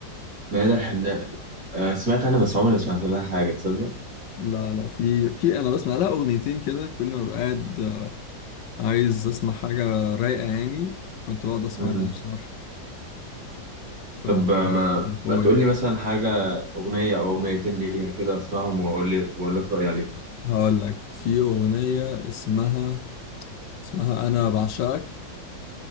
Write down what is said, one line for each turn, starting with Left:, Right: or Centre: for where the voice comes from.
Right: ميادة الحناء آه سمعت عنها بس عمري ما سمعت لها حاجه تصدق
Left: لا لا في في انا بسمع لها اغنيتين كده كل ما ببقى قاعد عايز اسمع حاجة رايقة يعني كنت بقعد اسمع
Right: امم
Left: لها بصراحة ف
Right: طب آه، ما
Left: باي
Right: ما تقول لي مثلا حاجه اغنيه او اغنيتين ليها كده اسمعهم واقول لي واقول لك رايي عليهم
Left: هقول لك في أغنية اسمها اسمها أنا بعشقك